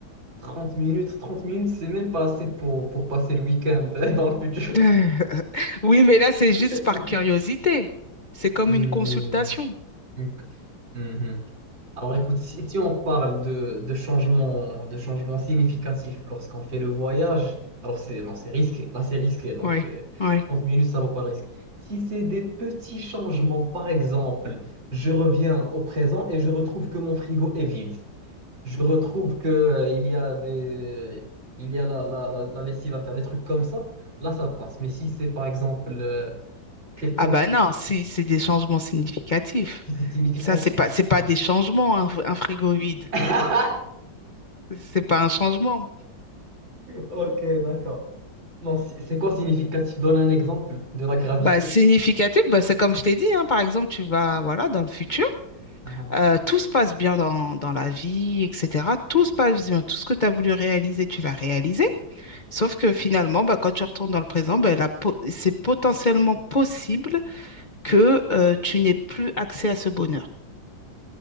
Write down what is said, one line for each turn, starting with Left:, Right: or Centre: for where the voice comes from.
Right: 30 minutes, 30 minutes, c'est même pas assez pour, pour passer le week-end <laughs> dans le futur.
Left: <laughs> Oui, mais là, c'est juste
Right: <laughs>
Left: par curiosité. C'est comme
Right: Hmm,
Left: une consultation.
Right: ok, mhm. Alors écoute, si, si on parle de, de changements de changements significatifs lorsqu'on fait le voyage, alors c'est non, c'est risqué, là c'est risqué, donc
Left: Oui,
Right: euh,
Left: oui.
Right: 30 minutes, ça ne vaut pas le risque. Si c'est des petits changements, par exemple, je reviens au présent et je retrouve que mon frigo est vide. Je retrouve que euh, il y a des il y a la, la, la, la lessive à faire, des trucs comme ça, là ça passe. Mais si c'est par exemple euh, quelqu'un
Left: Ah bah
Right: qui
Left: non, si, c'est des changements significatifs.
Right: si c'est significatif.
Left: Ça, c'est pas, c'est pas des changements, un, un frigo vide.
Right: <laughs>
Left: C'est pas un changement.
Right: Ok, d'accord. Non, si- c'est quoi significatif? Donne un exemple de la gravité.
Left: Bah, significatif, bah, c'est comme je t'ai dit, hein, par exemple, tu vas, voilà, dans le futur,
Right: Ah, ah.
Left: euh, tout se passe bien dans, dans la vie, etc. Tout se passe bien, tout ce que tu as voulu réaliser, tu l'as réalisé. Sauf que finalement, bah, quand tu retournes dans le présent, bah, la po- c'est potentiellement possible que euh, tu n'aies plus accès à ce bonheur.